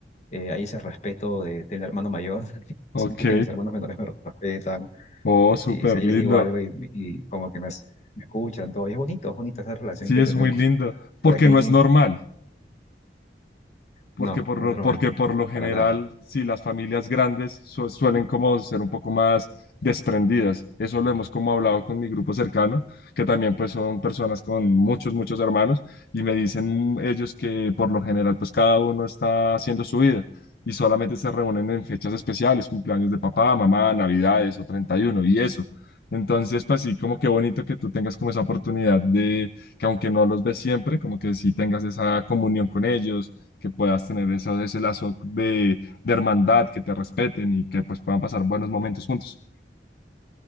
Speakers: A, on the left; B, on the left.
A: eh, hay ese respeto de- del hermano mayor, <laughs>
B: ok,
A: siento que mis hermanos menores me respetan,
B: oh, súper
A: sí, si, yo
B: lindo.
A: les digo algo y, y como que me, hace- me escuchan, todo, y es bonito, es bonita esa relación
B: Sí,
A: que
B: es
A: tenemos,
B: muy lindo,
A: para
B: porque
A: que,
B: no
A: y
B: es normal. porque
A: no,
B: por
A: no es
B: lo,
A: normal,
B: porque por lo general,
A: para nada,
B: si las familias grandes su- suelen como ser un poco más desprendidas. Eso lo hemos como hablado con mi grupo cercano, que también pues son personas con muchos, muchos hermanos, y me dicen ellos que por lo general pues cada uno está haciendo su vida y solamente se reúnen en fechas especiales, cumpleaños de papá, mamá, navidades o 31 y uno y eso. Entonces, pues sí, como qué bonito que tú tengas como esa oportunidad de que aunque no los ves siempre, como que sí tengas esa comunión con ellos, que puedas tener eso, ese lazo de, de hermandad, que te respeten y que pues puedan pasar buenos momentos juntos.